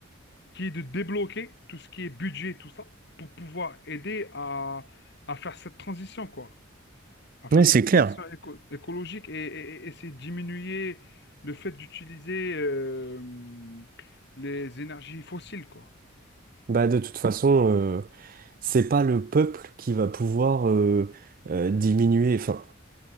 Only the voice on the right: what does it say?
Oui,
c'est
clair.
Bah, de toute façon, euh, c'est pas le peuple qui va pouvoir euh, euh, diminuer. Enfin,